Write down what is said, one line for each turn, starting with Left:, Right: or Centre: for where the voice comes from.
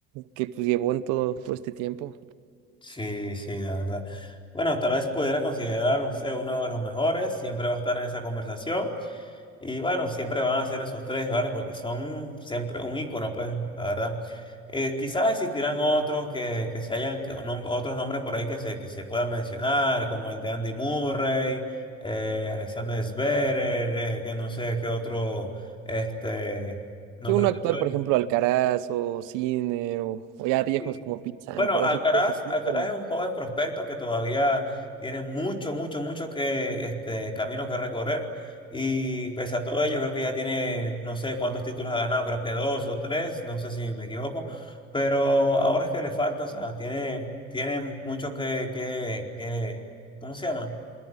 Right: que pues llevó en todo, todo este tiempo.
Left: Sí, sí, la verdad. Bueno, tal vez se pudiera considerar usted uno de los mejores, siempre va a estar en esa conversación y bueno, siempre van a ser esos tres, ¿vale? Porque son siempre un icono, pues, la verdad. Eh, quizás existirán otros que, que se hayan, que nom- otros nombres por ahí que se, que se puedan mencionar, como el de Andy Murray, eh, Alexander Zverev, eh, que no sé qué otro, este, nombre
Right: Y uno
Left: te
Right: actual,
Left: suena.
Right: por ejemplo, Alcaraz o Sinner o, o ya viejos
Left: Y,
Right: como Pete Sampras
Left: Bueno, Alcaraz,
Right: o cosas así,
Left: Alcaraz
Right: pero
Left: es un joven prospecto que todavía tiene mucho, mucho, mucho que este camino que recorrer. Y pese a todo ello, creo que ya tiene, no sé cuántos títulos ha ganado, creo que dos o tres, no sé si me equivoco. Pero ahora es que le falta, o sea, tiene, tiene mucho que, que, que, ¿cómo se llama?